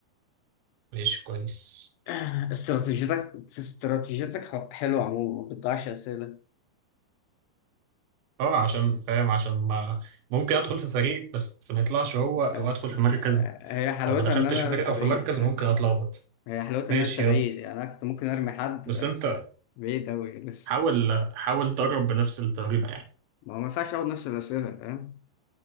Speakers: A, on the right; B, on the left.
A: ماشي كويس
B: <clears throat> استراتيجيتك استراتيجيتك حلوة عموما ما بتضيعش أسئلة
A: اه عشان فاهم عشان ما ممكن أدخل في فريق بس ما يطلعش هو
B: بس
A: أو أدخل في مركز
B: آه، هي حلاوتها
A: لو ما دخلتش
B: ان انا
A: في فريق
B: لسه
A: أو
B: بعيد
A: في مركز
B: فاهم
A: ممكن أتلخبط
B: هي حلاوتها
A: ماشي
B: ان انا لسه بعيد
A: يلا
B: يعني انا كنت ممكن ارمي حد
A: بس
B: بس
A: انت
B: بعيد اوي لسه
A: حاول حاول تقرب بنفس الطريقه يعني
B: ما هو ما ينفعش اقعد نفس الاسئله فاهم